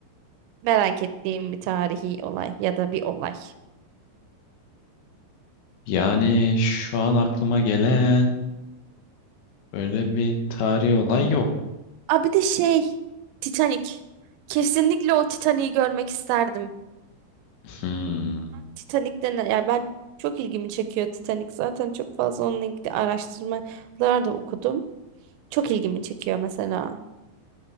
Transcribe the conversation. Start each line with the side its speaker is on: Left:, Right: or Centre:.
Right: merak ettiğin bir tarihi olay ya da bir olay?
Left: yani şu an aklıma gelen öyle bir tarihi olay yok.
Right: Aa bir de şey Titanic. Kesinlikle o Titanic'i görmek isterdim.
Left: Hmm,
Right: Titanic'ten ya ben çok ilgimi çekiyor Titanic. Zaten çok fazla onunla ilgili araştırmalar da okudum. Çok ilgimi çekiyor mesela.